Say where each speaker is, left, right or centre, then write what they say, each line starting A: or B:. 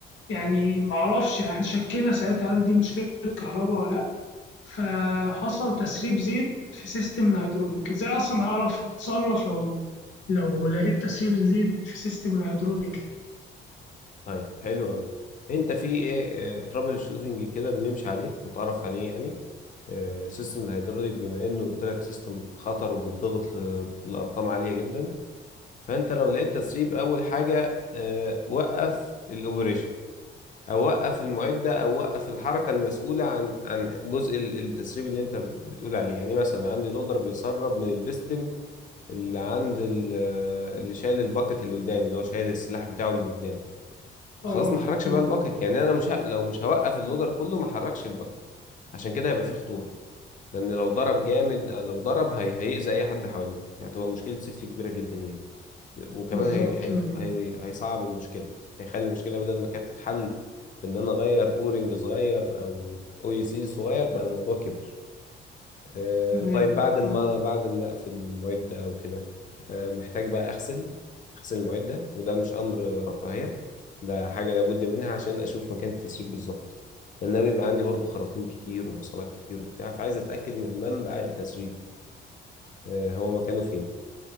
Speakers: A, on the left (about 70°); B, on the left (about 40°).
A: يعني معرفش يعني إحنا شكينا ساعتها هل دي مشكلة كهرباء ولا لأ فحصل تسريب زيت في سيستم الهيدروليك ازاي أصلا أعرف أتصرف لو لو لقيت تسريب زيت في سيستم الهيدروليك
B: طيب حلو أوي أنت في إيه ترابل شوتنج كده بنمشي عليه متعرف عليه يعني آه، سيستم الهيدروليك بما إنه قلت لك سيستم خطر وبتضغط ل- لأرقام عالية جدا فأنت لو لقيت تسريب أول حاجة آه، وقف الأوبريشن اوقف المعده ده اوقف الحركه المسؤوله عن عن جزء ال- التسريب اللي انت بتقول عليه يعني مثلا عندي لودر بيسرب من البستم اللي عند ال- اللي شايل الباكت اللي قدامي اللي هو شايل السلاح بتاعه اللي قدام
A: اه
B: خلاص ما حركش
A: تمام.
B: بقى الباكت يعني انا مش ه... لو مش هوقف اللودر كله ما حركش الباكت عشان كده هيبقى فيه خطوره لان لو ضرب جامد لو ضرب هي... هيأذي اي حد حواليه يعني هتبقى مشكله سيفتي كبيره جدا يعني وكمان
A: بالظبط
B: هي هي
A: آه،
B: هي هيصعب المشكله هيخلي المشكله بدل ما كانت تتحل بان انا اغير اورنج صغير او او يو سي صغير بقى الموضوع كبر آه،
A: تمام
B: طيب بعد ما
A: آه،
B: بعد ما اقفل المعده او كده آه، محتاج بقى اغسل اغسل المعده وده مش امر رفاهيه ده حاجه لابد منها عشان اشوف مكان التسريب بالظبط لان أنا بيبقى عندي برضو خراطيم كتير ووصلات كتير وبتاع فعايز اتاكد من منبع التسريب آه، هو مكانه فين